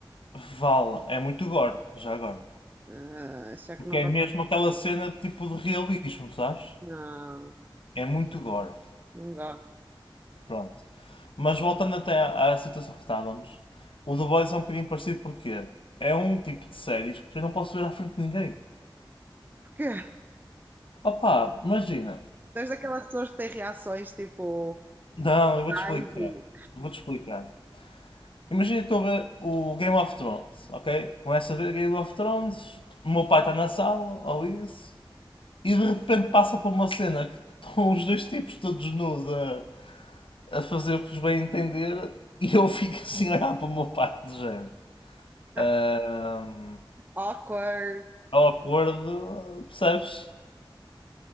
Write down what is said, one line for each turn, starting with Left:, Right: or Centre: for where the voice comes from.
Left: vale, é muito gore, já agora.
Right: Ah, já
Left: Porque
Right: que não
Left: é
Right: gosto,
Left: mesmo aquela cena de tipo de realismo, sabes?
Right: não.
Left: É muito gore.
Right: Não gosto.
Left: Pronto. Mas voltando até à, à situação que estávamos, o The Boys é um bocadinho parecido porque é um tipo de séries que eu não posso ver à frente de ninguém.
Right: Porque <laughs>
Left: Opa, imagina.
Right: tu és daquelas pessoas que têm reações tipo.
Left: Não, eu vou-te
Right: Ai,
Left: explicar.
Right: vi.
Left: Eu Vou-te explicar. Imagina que estou a ver o Game of Thrones, ok? Começo a ver Game of Thrones, o meu pai está na sala, ou isso. e de repente passa para uma cena que estão os dois tipos todos nus a, a fazer o que os bem entender e eu <laughs> fico assim a olhar para o meu pai de género.
Right: <laughs>
Left: Ahm,
Right: awkward.
Left: awkward, percebes?